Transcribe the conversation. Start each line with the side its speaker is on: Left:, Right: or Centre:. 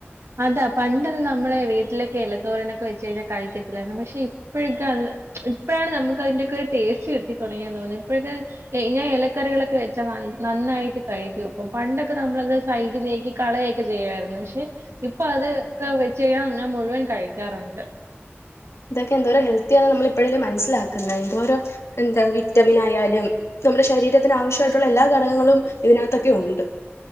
Right: അതാ പണ്ടത് നമ്മളെ വീട്ടിലൊക്കെ എലത്തോരനൊക്കെ വെച്ച് കഴിഞ്ഞാൽ കഴിക്കത്തില്ലായിരുന്നു പക്ഷെ ഇപ്പോഴൊക്കെ അത് ഇപ്പോഴാണ് നമുക്ക് അതിന്റെയൊക്കെ ഒരു ടേസ്റ്റ് കിട്ടി തൊടങ്ങിയന്ന് തോന്നുന്നു ഇപ്പോഴൊക്കെ ഞാൻ ഇലക്കറികളൊക്കെ വെച്ചാ നന്നായിട്ട് കഴിക്കും ഇപ്പൊ പണ്ടൊക്കെ നമ്മളത് സൈഡിൽ നീക്കി കളയൊക്കെ ചെയ്യുയായിരുന്നു പക്ഷെ ഇപ്പൊ അത്ക്കെ വെച്ച് കയ്ഞ ഞാൻ മുഴുവൻ കഴിക്കാറുണ്ട്
Left: ഇതൊക്കെ എന്തോരോ ഹെൽത്തി ആണ് നമ്മൾ ഇപ്പോഴല്ലേ മനസ്സിലാക്കുന്നെ എന്തോരോ എന്താ വിറ്റമിൻ ആയാലും നമ്മുടെ ശരീരത്തിന് ആവശ്യായിട്ടുള്ള എല്ലാ ഘടകങ്ങളും ഇതിനകത്തൊക്കെ ഉണ്ട്